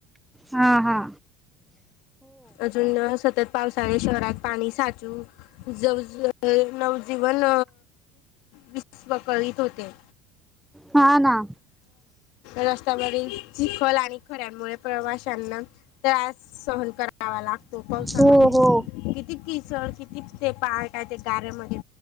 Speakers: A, in the centre; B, on the left.
A: हा हा
B: अजून सतत पावस शहरात पाणी साचू ज नवजीवन विस्वळीत होते
A: हा ना
B: रस्त्यावर चिखल आणि खऱ्यांमुळे प्रवाशांना त्रास सहन कर वा लागतो पावसामध्ये
A: हो हो
B: किती किसळ किती ते पहायचे गाऱ्यामध्ये